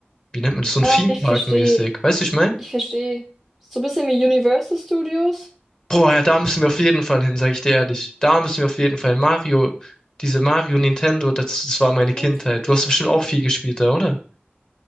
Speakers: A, on the left (about 20°); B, in the centre.
A: wie nennt man das, so ein
B: Ah,
A: Theme
B: ich
A: Park
B: verstehe,
A: mäßig. Weißt du, ich meine?
B: ich verstehe. So ein bisschen wie Universal Studios.
A: Boah, ja, da müssen wir auf jeden Fall hin, sage ich dir ehrlich. Da müssen wir auf jeden Fall hin. Mario, diese Mario Nintendo, das, das war meine
B: Mhm.
A: Kindheit. Du hast bestimmt auch viel gespielt da, oder?